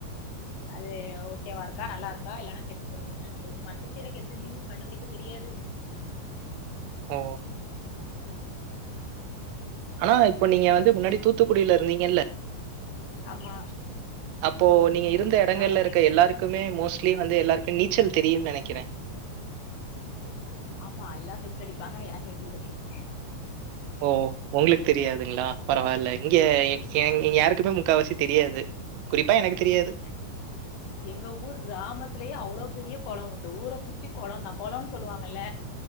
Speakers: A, on the left; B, on the right.
A: அது ஓகேவா இருக்கா நல்லா இருக்கா இல்லனா கெட்டு போணும் மீனான்ட்டு மத்தபடி எனக்கு எந்த மீனும் கண்டுபிடிக்க தெரியாது
B: ஓ ஆனா இப்ப நீங்க வந்து முன்னாடி தூத்துக்குடியில இருந்தீங்கல்ல
A: ஆமா
B: அப்போ நீங்க இருந்த இடங்கள்ல
A: ஆமா
B: இருக்க
A: சார்
B: எல்லாருக்குமே மோஸ்லி வந்து எல்லாருக்கும் நீச்சல் தெரியும்னு நினைக்கிறேன்
A: ஆமா எல்லாரும் நீச்சல் அடிப்பாங்க எனக்கு நீச்சல் தெரியாது
B: ஓ உங்களுக்கு தெரியாதுங்களா பரவாயில்ல இங்கே இங்கே யாருக்குமே முக்கா வாசி தெரியாது குறிப்பா எனக்கு தெரியாது.
A: ஓகேக எங்க ஊர் கிராமத்தலயே அவ்வளவு பெரிய குளம் உண்டு ஊரை சுத்தி குளம் தான் குளம்ன்னு சொல்லுவாங்கல்ல